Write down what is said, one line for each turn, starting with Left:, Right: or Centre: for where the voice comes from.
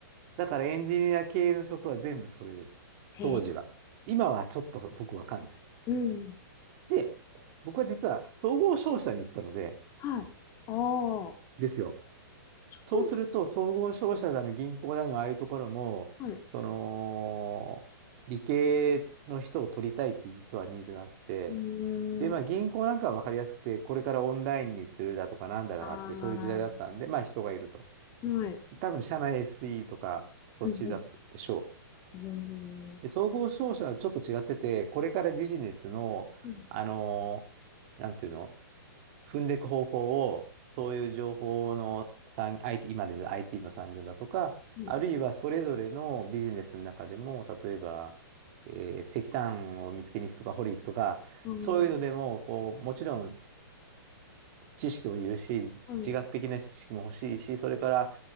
Right: だからエンジニア系の職は全部それです。
Left: へえ、
Right: 当時は。今はちょっと僕わかんない。
Left: うん。
Right: で、僕は実は総合商社に行ったので、
Left: はい。ああ、そ
Right: ですよ。そうすると、
Left: うな
Right: 総合商社だの銀行だの、ああいうところも、
Left: の、はい。
Right: その、理系の人を取りたいっていう実はニーズがあって、
Left: うーん。
Right: で、まあ銀行なんかはわかりやすくて、これからオンラインにするだとかなんだとかって、
Left: あ
Right: そういう時代だったんで、まあ人がいると。
Left: あ、はい。
Right: 多分社内 SE とか、そっちだったでしょう。
Left: うん、うん、うん、
Right: で総合商社はちょっと違ってて、これからビジネスの、
Left: うん、
Right: あのーなんていうの、踏んでいく方向を、そういう情報の産、IT、今で言う IT の産業だとか、
Left: うん、
Right: あるいはそれぞれのビジネスの中でも、例えば、えー石炭を見つけに行くとか、掘り行くとか、
Left: うん、
Right: そういうのでも、こう、もちろん知識もいるし、自学的な知識も欲しいし、
Left: うん、うん。
Right: それから、